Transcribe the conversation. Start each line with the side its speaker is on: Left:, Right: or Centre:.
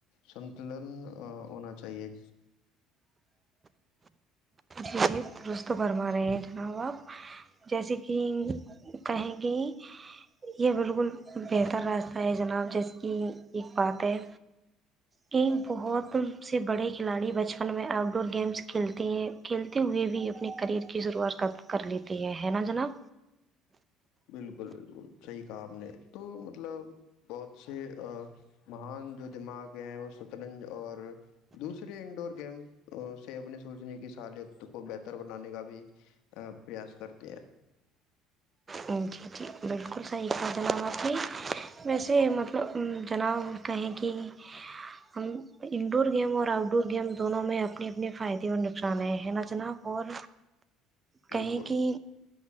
Left: سنتلن ہونا چاہیے
Right: جی درست برما رہے ہیں جناب آپ جیسے کہ کہیں گے یہ بالکل بہتر راستہ ہے جناب جیسے کہ ایک بات ہے کہ بہت سے بڑے کھلاڑی بچپن میں آؤٹ ڈور گیمس کھیلتے ہیں کل <unintelligible> ہوئے بھی اپنے کریئر کی شروعات کر لیتی ہے ہے نا جناب
Left: بالکل بالکل صحیح کہا آپ نے تو مطلب بہت سے مہان جو دماغ ہیں وہ سطرنج اور دوسرے انڈور گیم سے اپنے سوچنے کی سالت کو بہتر بنانے کا بھی پریاس کرتے ہیں
Right: جی جی بالکل صحیح تھا جناب آپ کی ویسے مطلب جناب کہیں کہ ہم انڈور گیم اور آؤٹ ڈور گیم دونوں میں اپنے اپنے فائدے اور نقصان ہیں نا جناب اور کہیں
Left: بالکل
Right: کہ